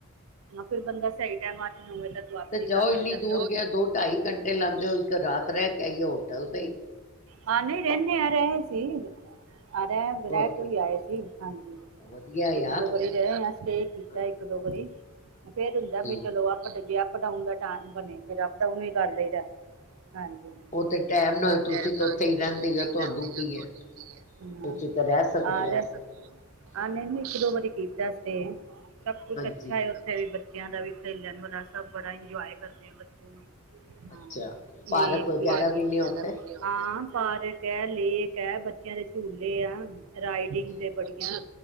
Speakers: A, on the right; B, on the left.
A: ਫਿਰ ਬੰਦਾ ਸਈ ਟੈਮ ਅੱਠ-ਨੌ ਵਜੇ ਤੱਕ ਵਾਪਸੀ
B: ਤੇ ਜਾਓ
A: ਕਰ
B: ਇੰਨੀ
A: ਲੈਂਦਾ
B: ਦੂਰ
A: ਵੀ
B: ਗਿਆ ਦੋ ਢਾਈ ਘੰਟੇ ਲਾਦੇ ਓ ਇੱਕ ਰਾਤ ਰੈ ਕੇ ਆਈਏ ਹੋਟਲ ਤੇ ਈ।
A: ਹਾਂ ਨਈ ਰੈਨੇ ਆ ਰਏ ਸੀ, ਆ ਰੈ ਵੀ
B: ਹੋਰ
A: ਹੈ ਕੇ
B: ਕੀ
A: ਵੀ ਆਏ ਸੀ, ਹਾਂਜੀ
B: ਵਧੀਆ ਯਾਰ
A: ਇੱਕ-ਦੋ ਵਾਰੀ ਰਏ ਆਂ ਸਟੇ ਕੀਤਾ
B: ਹਾਂ
A: ਏਕ-ਦੋ ਵਰੀ ਫੇਰ ਹੁੰਦਾ
B: ਹੂੰ
A: ਵੀ ਚਲੋ ਅਪ ਡ ਜੇ ਅਪ ਡਾਊਨ ਦਾ ਟੈਮ ਬਣੇ ਫੇਰ ਅਪ ਡਾਊਨ ਵੀ ਕਰ ਲਈਦਾ। ਹਾਂਜੀ,
B: ਉਹ ਤੇ ਟੈਮ
A: ਓ
B: ਨਾ
A: ਦਿਨ
B: ਤੁਸੀਂ
A: ਡੈਮ
B: ਤਾਂ
A: ਨਾਲ
B: ਉੱਥੇ
A: ਹੋ
B: ਹੀ
A: ਤੁਸੀਂ
B: ਰਹਿੰਦੇ
A: ਓਥੇ
B: ਹੋ
A: ਈ
B: ਤੁਹਾਨੂੰ
A: ਰੈਂਦੇ
B: ਕੀ
A: ਹੋ ਤੁਆਨੂੰ
B: ਹੈ
A: ਕੀ ਏ। ਹੂੰ
B: ਤੁਸੀਂ ਤਾਂ ਰਹਿ ਸਕਦੇ
A: ਆਹ
B: ਹੋ
A: ਰਸ
B: ਉੱਥੇ
A: ਹਾਂ ਨਈ-ਨਈ ਏਕ-ਦੋ ਵਾਰੀ ਕੀਤਾ ਸਟੇ, ਸਭ ਕੁਛ
B: ਹਾਂਜੀ
A: ਅੱਛਾ ਐ ਓ ਓਥੇ ਵੀ ਬੱਚਿਆਂ ਦਾ ਵੀ ਖੇਲਣ ਵਾਲਾ ਸਭ ਬੜਾ ਇੰਜੋਏ ਕਰਦੇ ਆ ਬੱਚੇ ਵੀ। ਹਾਂ
B: ਅੱਛਾ ਪਾਰਕ
A: ਲੇਕ
B: ਵਗੈਰਾ
A: ਵੀ ਹੈਗੀ <unintelligible>
B: ਨੇ ਉੱਥੇ
A: ਜਾਦਾ‌ ਪੀਲੀ ਹਾਂ ਪਾਰਕ ਐ, ਲੇਕ ਐ, ਬੱਚਿਆਂ ਦੇ ਝੂਲੇ ਆ। ਰਾਈਡਿੰਗਸ ਏ ਬੜੀਆਂ।